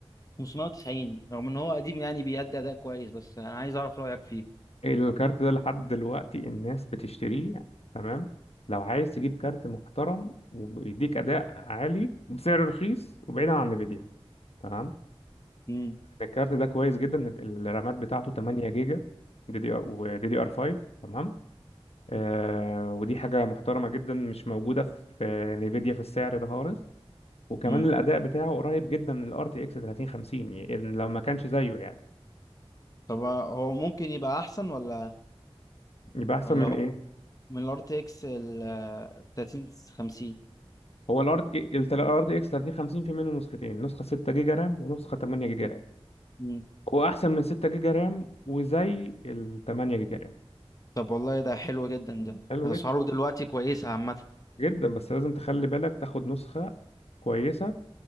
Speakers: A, on the left; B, on the left.
A: 590 رغم ان هو قديم يعني بيأدي اداء كويس بس انا عايز اعرف رايك فيه
B: الكارت ده لحد دلوقتي الناس بتشتريه تمام لو عايز تجيب كارت محترم وبيديك اداء عالي بسعر رخيص وبعيدا عن نفيديا تمام
A: امم
B: الكارت ده كويس جدا الرامات بتاعته 8 جيجا دي دي ار ودي دي ار 5 تمام آه ودي حاجه محترمه جدا مش موجوده في نفيديا في السعر ده خالص وكمان
A: امم
B: الاداء بتاعه قريب جدا من الار تي اكس 3050 يعني لو ما كانش زيه يعني
A: طب هو ممكن يبقى احسن ولا
B: يبقى احسن
A: ولا
B: من
A: هو
B: إيه؟
A: من الار تي اكس ال 3050
B: هو الار تي الار تي اكس 3050 في منه نسختين نسخه 6 جيجا رام ونسخه 8 جيجا رام
A: امم
B: هو احسن من 6 جيجا رام وزي ال 8 جيجا رام
A: طب والله ده حلو جدا ده
B: حلو
A: اسعاره
B: جدا
A: دلوقتي كويسه عامه
B: جدا بس لازم تخلي بالك تاخد نسخه كويسه